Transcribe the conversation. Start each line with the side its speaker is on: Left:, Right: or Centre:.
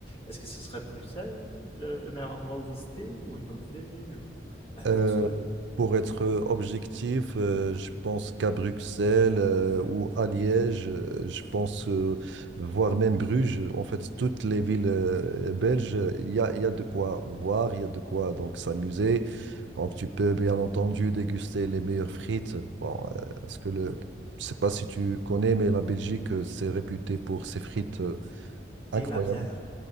Left: est-ce que ce serait Bruxelles le, le meilleur endroit où visiter, ou une autre ville, ou la
Right: Euh,
Left: nature
Right: pour être objectif, euh, je pense qu'à Bruxelles euh, ou à Liège, euh, je pense, euh, voire même Bruges, en fait, toutes les villes euh, belges, il y a, il y a de quoi voir, il y a de quoi donc s'amuser. Donc, tu peux bien entendu déguster les meilleures frites. Bon, euh, ce que le... Je sais pas si tu connais, mais la Belgique, euh, c'est réputé pour ses frites euh, incroyables.
Left: et la bière.